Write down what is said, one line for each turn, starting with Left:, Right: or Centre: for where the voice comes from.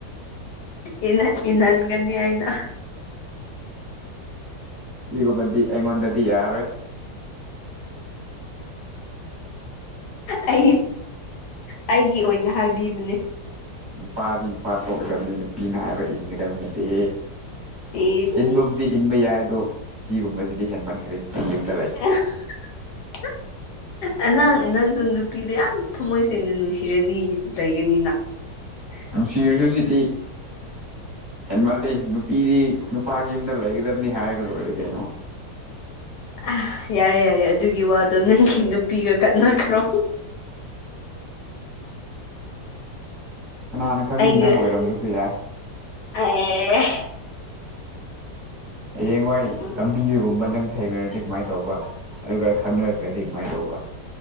Left: ꯏꯪꯍꯟꯕ ꯏꯪꯍꯟꯒꯅꯤ ꯑꯩꯅ
Right: ꯁꯤꯒꯨꯝꯕꯗꯤ ꯑꯩꯉꯣꯟꯗꯗꯤ ꯌꯥꯔꯣꯏ ꯫
Left: ꯑꯩ ꯑꯩꯒꯤ ꯑꯣꯏꯅ ꯍꯥꯏꯕꯤꯕꯅꯦ
Right: ꯅꯨꯄꯥꯗꯤ ꯅꯨꯄꯥ ꯊꯣꯛꯀꯗꯕꯅꯤ ꯅꯨꯄꯤꯅ ꯍꯥꯏꯕ ꯏꯟꯒꯗꯕ ꯅꯠꯇꯦ
Left: ꯏꯁ
Right: ꯏꯟꯕ ꯗꯤ ꯏꯟꯕ ꯌꯥꯏ ꯑꯗꯣ ꯁꯤꯒꯨꯝꯕꯁꯤꯗꯤ ꯍꯦꯟꯃꯟꯈ꯭ꯔꯦ ꯫
Left: <inaudible>
Right: <unintelligible>
Left: ꯑꯥ ꯅꯪ ꯅꯪꯁꯨ ꯅꯨꯄꯤꯗ ꯌꯥꯝ ꯊꯃꯣꯏ ꯁꯦꯡꯅ ꯅꯨꯡꯁꯤꯔꯗꯤ ꯂꯩꯒꯅꯤꯅ ꯫
Right: ꯅꯨꯡꯁꯤꯔꯁꯨ ꯁꯤꯗꯤ ꯍꯦꯟꯃꯜꯂꯤ ꯫ ꯅꯨꯄꯤꯗꯤ ꯅꯨꯄꯥꯒꯤ ꯌꯨꯝꯗ ꯂꯩꯒꯗꯕꯅꯤ ꯍꯥꯏꯔꯒ ꯂꯣꯏꯔꯦ ꯀꯩꯅꯣ ꯫
Left: ꯑꯥ ꯌꯥꯔꯦ ꯌꯥꯔꯦ ꯑꯗꯨꯒꯤ ꯋꯥꯗꯣ ꯅꯪꯒꯤ ꯅꯨꯄꯤꯒ ꯈꯥꯟꯅꯈ꯭ꯔꯣ꯫
Right: ꯀꯅꯥꯅ ꯈꯪꯅꯤ
Left: ꯑꯩꯒ
Right: ꯅꯪ ꯑꯣꯏꯔꯝꯕꯁꯨ ꯌꯥꯏ
Left: ꯑꯦ
Right: ꯍꯌꯦꯡꯋꯥꯏ
Left: ꯎꯝ
Right: ꯂꯝꯕꯤꯗꯒꯨꯝꯕ ꯅꯪ ꯊꯦꯡꯅꯔꯗꯤ ꯀꯃꯥꯏꯅ ꯇꯧꯕ ꯑꯗꯨꯒ ꯈꯪꯅꯔꯛꯑꯗꯤ ꯀꯃꯥꯏꯅ ꯇꯧꯕ ꯫